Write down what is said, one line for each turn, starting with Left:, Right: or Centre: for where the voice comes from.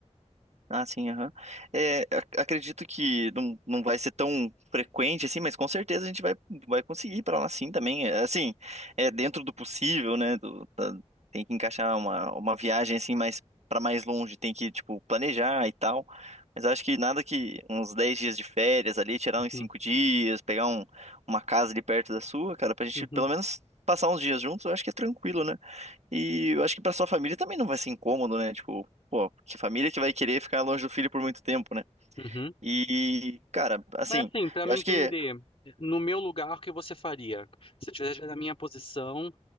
Right: Ah, sim, aham. É, ac- acredito que não, não vai ser tão frequente assim, mas com certeza a gente vai, vai conseguir ir pra lá sim também. É, Assim, é dentro do possível, né? do- da- tem que encaixar uma, uma viagem assim mais para mais longe, tem que, tipo, planejar e tal. Mas acho que nada que uns 10 dias de férias ali, tirar
Left: Uhum,
Right: uns 5 dias, pegar um, uma casa ali perto da sua, cara, pra gente
Left: uhum,
Right: pelo menos passar uns dias juntos, eu acho que é tranquilo, né? E eu acho que pra sua família também não vai ser incômodo, né? Tipo, pô, que família que vai querer ficar longe do filho por muito tempo, né?
Left: uhum.
Right: E, cara, assim,
Left: Mas assim, pra
Right: eu
Left: me
Right: acho
Left: entender,
Right: que,
Left: no meu lugar, o que você faria? Se tivesse na minha posição,